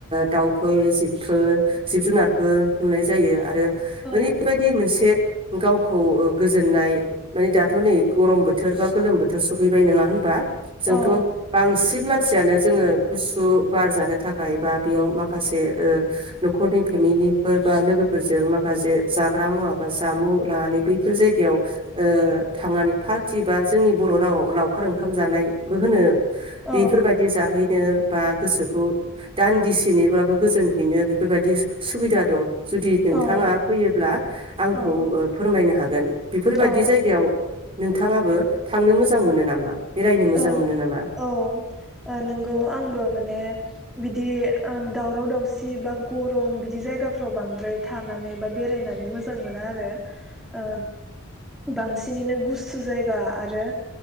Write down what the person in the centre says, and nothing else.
औ
औ
औ
औ
औ
औ
ओं
औ ओ नंगौ आंबो माने बिदि दावराव दावसि बा गरम बिदि जायगाफ्राव बांद्राय थानानै बा बेरायनानै मोजां मोना आरो ओ बांसिनैनो गुसु जायगा आरो